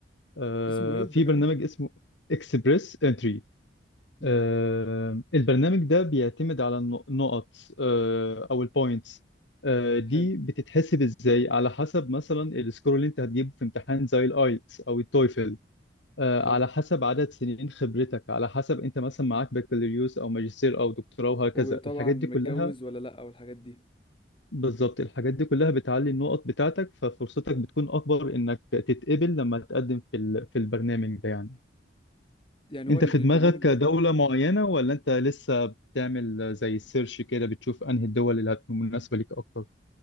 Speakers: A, on the left; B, on the left.
A: آه
B: اسمه ايه البرنامج
A: في برنامج اسمه اكسبريس انتري
B: مم.
A: آه، البرنامج ده بيعتمد على النق- النقط آه، او البوينتس دي
B: حلو
A: بتتحسب ازاي على حسب مثلا السكور اللي انت هتجيبه في امتحان زي الايتس او التويفل آه،
B: حلو
A: على حسب عدد سنين خبرتك على حسب انت مثلا معاك بكالوريوس او ماجستير او دكتوراه وهكذا
B: وطبعا
A: الحاجات
B: متجوز
A: دي كلها
B: ولا لا والحاجات دي
A: بالظبط الحاجات دي كلها بتعلي النقط بتاعتك ففرصتك بتكون اكبر انك تتقبل لما تقدم في ال- في البرنامج ده يعني
B: يعني هو
A: انت
B: ال-
A: في
B: البرنامج
A: دماغك
B: ده
A: دولة معينة ولا انت لسه بتعمل زي سيرش كده بتشوف انهي الدول اللي هتكون مناسبة ليك اكتر